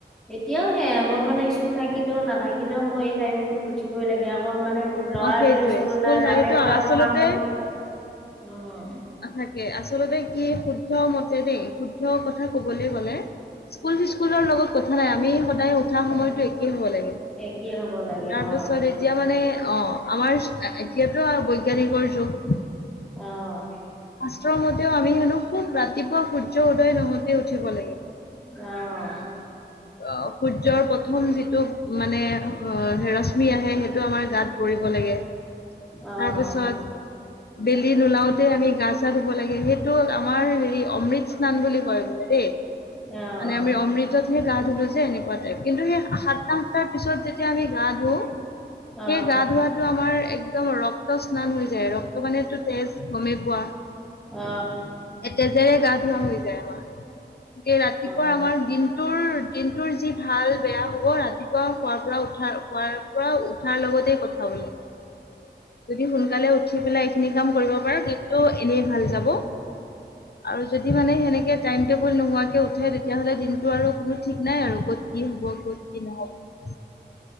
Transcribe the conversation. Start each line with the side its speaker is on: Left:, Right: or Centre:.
Centre: এতিয়াও সেয়া মই মানে স্কুল থাকিলেও নাথাকিলেও মই এই টাইমতত উঠিবই লাগে। আকৌ মানে ল'ৰাৰহে
Left: অ সেইটোয়ে
Centre: স্কুল নাই বাপেকৰ
Left: সেইটো
Centre: আকৌ
Left: আচলতে
Centre: কাম থাকে। উম
Left: থাকে আচলতে কি শুদ্ধ মতে দেই শুদ্ধ কথা কবলৈ গ'লে। স্কুল চিস্কুলৰ লগত কথা নাই আমি সদায় উঠা সময়টো
Centre: অ'।
Left: একেই হ'ব লাগে।
Centre: একেই হ'ব লাগে
Left: তাৰ
Centre: অ',
Left: পাছত এতিয়া মানে অ আমাৰ এতিয়াতো বৈজ্ঞানিকৰ যুগ।
Centre: অহ।
Left: শাস্ত্ৰ মতেও আমি হেনো খুব ৰাতিপুৱা সূৰ্য উদয় নহতে উঠিব লাগে।
Centre: অহ।
Left: অ সূৰ্যৰ প্ৰথম যিটো মানে অ ৰশ্মি আহে সেইটো। টো আমাৰ গাত পৰিব লাগে।
Centre: অ',
Left: তাৰপিছত বেলি নোলাওতে আমি। নাচা ধুব লাগে সেইটো আমাৰ হেৰি অমৃত স্নান বুলি কয় বোলে দেই।
Centre: অ',
Left: মানে আমি অমৃততহে গা ধুলো যে এনেকুৱাতোই কিন্তু সেই সাতটা সাতটাত। পিছত যেতিয়া আমি গা ধুও
Centre: অ',
Left: সেই গা ধোৱাটো আমাৰ একদম ৰক্ত। ৰক্ত স্নান বুলি কয়। ৰক্ত মানেটো তেজ গমেই পোৱা।
Centre: অ।
Left: এতেজেৰে গা ধৱোৱা হৈ যায় আমাৰ। গ ৰাতিপুৱা
Centre: অ'।
Left: আমাৰ দিনটোৰ দিনটোৰ যি ভাল বেয়া হ'ব ৰাতিপুৱা খোৱাৰ পৰা উঠা। পৰা উঠাৰ লগতে কথা বোলে। যদি সোনকালে উঠি পেলাই এইখিনি কাম কৰিব পাৰা দিনটো এনেই ভাল যাব। আৰু যদি মানে সেনেকে টাইম টেবুল নোহোৱাকে উঠে তেতিয়াহলে দিনটো আৰু কোনো। ঠিক নাই আৰু ক'ত কি হ'ব ক'ত কি নহ'ব।